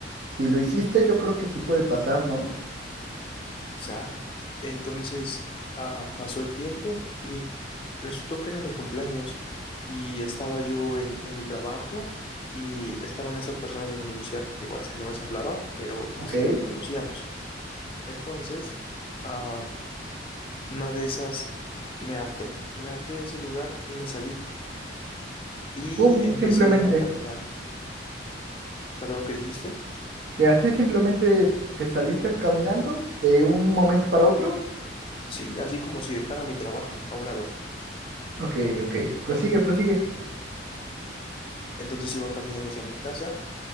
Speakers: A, on the right; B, on the left.
A: si lo hiciste, yo creo que sí puede pasar, ¿no?
B: Quizá. Entonces, ah, pasó el tiempo y resultó que era mi cumpleaños y estaba yo en, en mi trabajo y estaban esas personas de mi universidad, digo, a las que no les hablaba, pero
A: Ok.
B: pues sí nos conocíamos. Entonces, ah, una de esas me harté, me harté de ese lugar y me salí y
A: Pum,
B: empecé
A: simplemente.
B: a caminar. ¿Perdón, qué dijiste?
A: Que así simplemente te saliste caminando de un momento para otro.
B: Sí, así como si dejara mi trabajo a un lado.
A: Ok, ok. Prosigue, prosigue.
B: Entonces iba caminando hacia mi casa